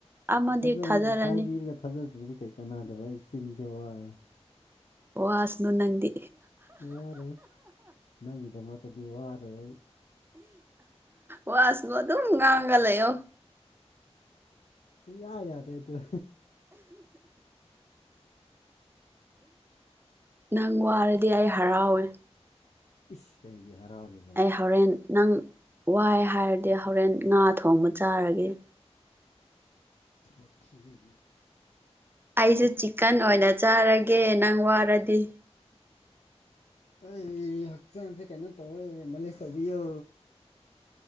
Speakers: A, on the right (about 20°); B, on the left (about 75°).
A: ꯑꯃꯗꯤ
B: ꯊꯥꯖ
A: ꯊꯥꯖꯔꯅꯤ
B: ꯍꯥꯏꯕꯤꯔꯒ ꯊꯥꯖꯗ꯭ꯔꯔꯤꯗꯤ ꯀꯩ ꯀꯅꯥꯗꯚꯥꯏ ꯏꯆꯤꯟ ꯆꯧꯥꯏ
A: ꯋꯥꯁꯅꯨ ꯅꯪꯗꯤ
B: ꯋꯥꯔꯣꯏ ꯅꯪꯒꯤꯗꯃꯛꯇꯗꯤ ꯋꯥꯔꯣꯏ ꯑꯩ
A: ꯋꯥꯁꯕꯨ ꯑꯗꯨꯝ ꯉꯥꯡꯒ ꯂꯩꯌꯣ
B: ꯌꯥ ꯌꯥꯗꯦ ꯍꯥꯏ ꯇ
A: ꯅꯪ ꯋꯥꯔꯗꯤ
B: ꯑꯁ
A: ꯑꯩ ꯍꯔꯥꯎꯋꯦ
B: ꯏꯁ ꯀꯩꯒꯤ ꯍꯔꯥꯎꯔꯤꯕ
A: ꯑꯩ ꯍꯣꯔꯦꯟ ꯅꯪ ꯋꯥꯏ ꯍꯥꯏꯔꯗꯤ ꯍꯣꯔꯦꯟ ꯉꯥ ꯊꯣꯡꯕ ꯆꯥꯔꯒꯦ
B: ꯃ ꯊꯤꯅꯤ
A: ꯑꯩꯁꯨ ꯆꯤꯛꯀꯟ ꯑꯣꯏꯅ ꯆꯥꯔꯒꯦ ꯅꯪ ꯋꯥꯔꯗꯤ
B: ꯑꯩ ꯍꯛꯆꯥꯡꯁꯦ ꯀꯩꯅꯣ ꯇꯧꯋꯦ ꯃꯥꯂꯦꯁ ꯇꯧꯕꯤꯌꯨ